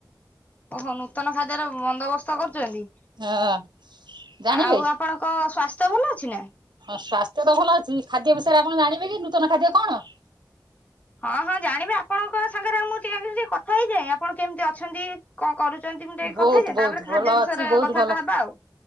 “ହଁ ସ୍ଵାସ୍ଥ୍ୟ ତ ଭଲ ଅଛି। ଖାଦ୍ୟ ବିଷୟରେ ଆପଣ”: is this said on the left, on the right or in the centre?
Right